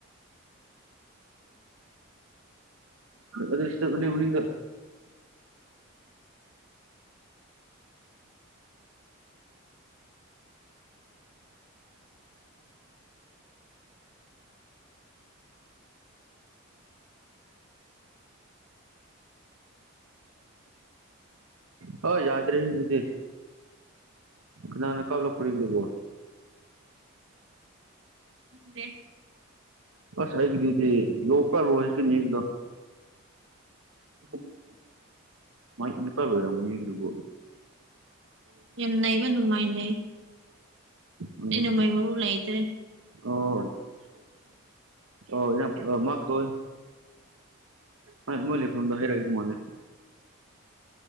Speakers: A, on the right (about 75°); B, on the right (about 55°).
A: ꯑꯗꯣ ꯁꯤꯗ ꯃꯥꯂꯤꯒ ꯍꯣꯏ ꯌꯥꯗ꯭ꯔꯔꯤ ꯑꯗꯨꯗ ꯀꯅꯥꯅ ꯀꯞꯂꯛꯄꯔꯥ ꯁꯤꯕꯣ
B: ꯈꯪꯗꯦ
A: ꯑꯁ ꯑꯪꯒꯤꯗꯤ ꯂꯣꯄꯨꯔ ꯂꯣ ꯁꯤꯀꯤꯅꯤꯗ
B: <unintelligible>
A: ꯃꯥꯏ ꯅꯤꯄꯥ ꯂꯣꯏꯔꯃꯨꯅꯤꯈ꯭ꯔꯕꯣ
B: ꯌꯥꯝꯅꯩꯕ ꯅꯅꯨꯡꯃꯥꯏꯅꯦ
A: ꯎꯝ
B: ꯑꯩ ꯅꯣꯡꯃꯩ ꯃꯔꯨ ꯂꯥꯏꯗ꯭ꯔꯦ
A: ꯑꯣ ꯑꯣ ꯌꯥꯝ ꯃꯥꯛꯇꯧ ꯑꯣꯏ ꯃꯣꯏ ꯂꯩꯐꯝꯗꯣ ꯍꯥꯏꯔꯛꯑꯗꯤ